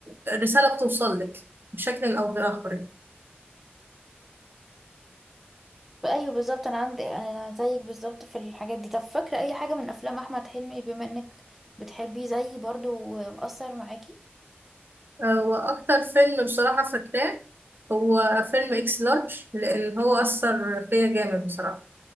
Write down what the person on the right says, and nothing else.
الرساله بتوصل لك بشكل او باخر يعني.
آه، واكتر فيلم بصراحه فاكراه هو فيلم اكس لارج لان هو اثر فيا جامد بصراحه